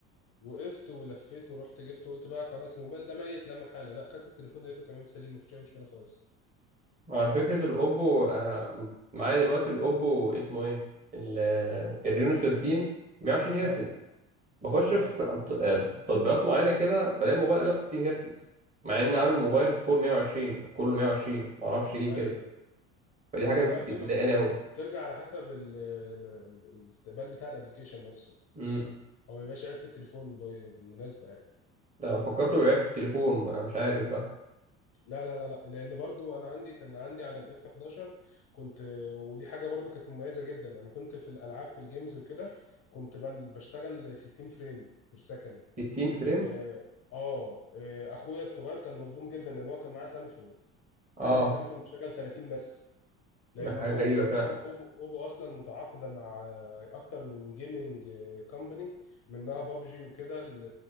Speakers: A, on the left; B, on the right.
A: وقفت ولفيت ورحت جبته قلت بقى خلاص الموبايل ده ميت لا محاله لا خدت التليفون لقيته تمام سليم مفيش اي مشكله خالص
B: على فكرة الاوبو آه م- معايا دلوقتي الاوبو اسمه ايه ال- آه، الرينو 13 120
A: اه
B: هرتز بخش
A: اه
B: في أبط- آه، تطبيقات معينة كده بلاقي الموبايل قلب 60 هرتز مع اني عامل
A: امم
B: الموبايل فول 120 كله 120 معرفش ليه
A: ايوه
B: كده
A: أيوة.
B: فدي حاجة
A: والله
B: بت-
A: بتبقى
B: مضايقاني
A: بترجع على حسب ال ال ال- الاستقبال بتاع الابلكيشن نفسه
B: قوي
A: هو ما بيبقاش عيب في التليفون بي- بالمناسبه يعني.
B: ده انا فكرته بيعرف في التليفون أنا مش عارف بقى
A: لا لا لا لا لان برضو انا عندي كان عندي على الاف 11 كنت ودي حاجه برضو كانت مميزه جدا انا كنت في الالعاب في الجيمز وكده كنت بل بشتغل 60 فريم بير سكند
B: 60 فريم
A: اه آه، آه، اخويا الصغير كان مصدوم جدا لان هو كان معاه سامسونج
B: اه
A: قال لي السامسونج بتشتغل 30 بس لان
B: حاجه
A: اوبو
B: غريبه
A: كانت
B: فعلا
A: أو- اوبو اوبو اصلا متعاقده مع آه، اكتر من جيمنج كومباني منها بابجي وكده ال-